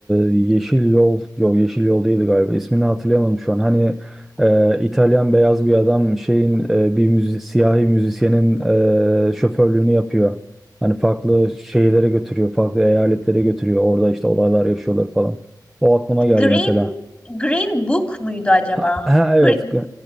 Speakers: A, in the centre; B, on the left.
A: E, Yeşil Yol, yok Yeşil Yol değildi galiba. İsmini hatırlayamadım şu an. Hani e, İtalyan beyaz bir adam şeyin e, bir müzi siyahi müzisyenin e, şoförlüğünü yapıyor. Hani farklı şehirlere götürüyor, farklı eyaletlere götürüyor. Orada işte olaylar yaşıyorlar falan. O aklıma geldi
B: Green
A: mesela.
B: Green Book muydu acaba?
A: Ha, ha, evet.
B: Green,